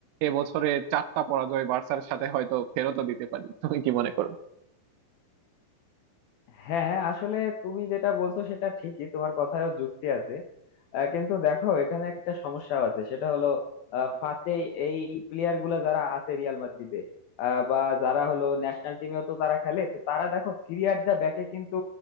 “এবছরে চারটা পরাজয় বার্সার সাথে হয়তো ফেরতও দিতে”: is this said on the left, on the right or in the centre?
Right